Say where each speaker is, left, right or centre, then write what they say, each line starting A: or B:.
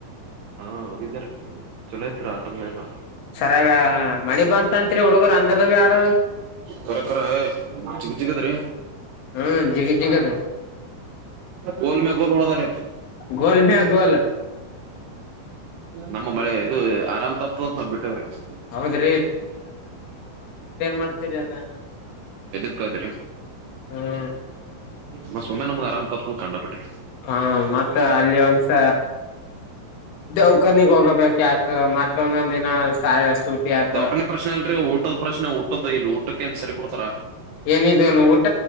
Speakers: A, on the right; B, on the left.
A: ಹಾ ಹೋಗಿದ್ದಿದ್ದಾರೆ ಚಲೋ ತ್ರರ ಆ ಮೇನ
B: ಸರಿಾಗ ಮಳಿ ಬಂತತ್ರಿ ಹುಡುಗರು ಅಂದ್ರ ಆಡ
A: ಕಖರ ಕರ ಚಗತಿಗದ್ರೀ
B: ಹ್ಮ್ ಜಿಗ ಜಿಗದ
A: ಗೋಲ್ ಮೆ ಗೋಲ್ ನೋಡದಾರೆ
B: ಗೋಲ್ ಮ್ಯ ಗೋಲ್
A: ನಮ್ಮ ಮಳೆ ಇದು ಆರಾಮ್ ತಪ್ತ ನಾವ ಬಿಟ್ಟಿ
B: ಹೌದ್ರ ಮಾಡ್ತೀರಿ ಅದ
A: ಕ್ಕಾದ
B: ಹ್ಮ್
A: ಮ ಸುಮ್ಮನೆ ನಮಗೆ ಆರಾಮ ಕಪ್ಪ ಕಂಡಪಟ್ಟೆ
B: ಹಾ ಮತ್ತ ಅಲ್ಲಿ ಒಂದಸ ಅಕ್ಕನಗ್ ಹೋಗಬೇಕ ಯಾಕ ಮತ್ತೊಂದೊಂದ್ ದಿನ ಸೂಟಿ ಆತ
A: ಡಾಕನಿ ಪ್ರಶ್ನೆ ಅಲ್ರರಿ ಊಟದ ಪ್ರಶ್ನೆ ಊಟದ ಇಲ್ ಊಟಕ್ಕೆ ಏನ್ ಸರಿ ಕೊಡ್ತಾರ
B: ಏನಿದ ಊಟ